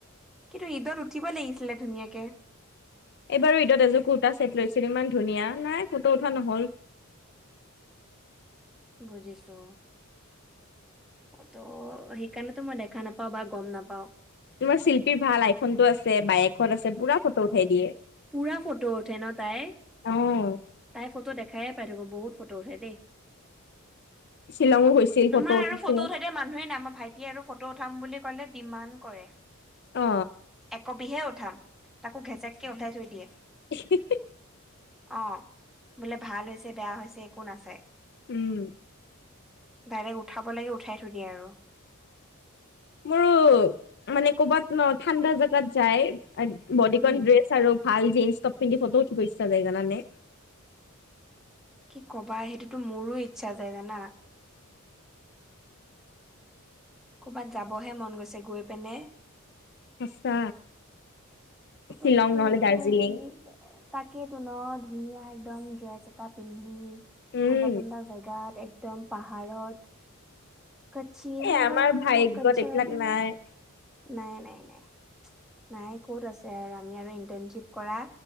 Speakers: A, in the centre; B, on the left.
A: কিন্তু ঈদত উঠিব লাগিছিলে, ধুনীয়াকে।
B: এইবাৰো ঈদত এযোৰ কুৰ্তটা ছেট লৈছিলোঁ, ইমান ধুনীয়া। নাই ফটো উঠা নহ'ল।
A: বুজিছো। ফটো, সেইকাৰণেতো মই দেখা নাপাওঁ বা গম নাপাওঁ।
B: তোমাৰ চিল্পীৰ ভাল, আইফোনটো আছে, বাইক হ'ত আছে পুৰা ফটো উঠাই দিয়ে।
A: পূৰা ফটো উঠে ন, তাই?
B: অ'
A: তাই ফটো দেখায়ে পাই থাকো, বহুত ফটো উঠে দেই।
B: শ্বিলঙো গৈছিল ফটো
A: আমাৰ আৰু
B: উঠিছে
A: ফটো থাক মানুহে নাই, আমাৰ ভাইটিয়ে আৰু ফটো উঠাম বুলি ক'লে ডিমাড কৰে।
B: অ,
A: একবিহে উঠাম, তাকো ঘেচেককে, উঠাই থৈ দিয়ে।
B: <unintelligible>
A: অ, বোলে ভাল হৈছে, বেয়া হৈছে, একো নাচায়।
B: উম,
A: ডাইৰেক্ট উঠাব লাগ, উঠাই থৈ দিয়ে আৰু।
B: মোৰ মানে ক'বাত ন, ঠাণ্ডা জেগাত যায়, বডিকন
A: উম।
B: ড্ৰেছ আৰু ভাল জিনছ, টপ পিন্ধি ফটো উঠিব ইচ্ছা যায় জানানে।
A: কি কবা, সেইটোতো মোৰো ইচ্ছা যায় জানা। ক'ৰবাত যাবহে মন গৈছে, গৈ পেনে।
B: সঁচা
A: ফটো-চটো
B: শ্বিলং নহ'লে
A: উঠিব
B: দাৰ্জিলিং
A: মন এই তাকেই টোন ক, ধুনীয়া একদম ড্ৰেছ এটা পিন্ধি।
B: উম
A: ঠাণ্ডা, ঠাণ্ডা জেগাত একদম পাহাৰত। কচ্ছি
B: এ
A: হাৱা
B: আমাৰ ভাগ্যত
A: কচ্ছা
B: এইবিলাক
A: ধুৱা
B: নাই
A: নাই নাই নাই নাই ক'ত আছে আৰু আমি আৰু ইন্টাৰনশ্বিপ কৰা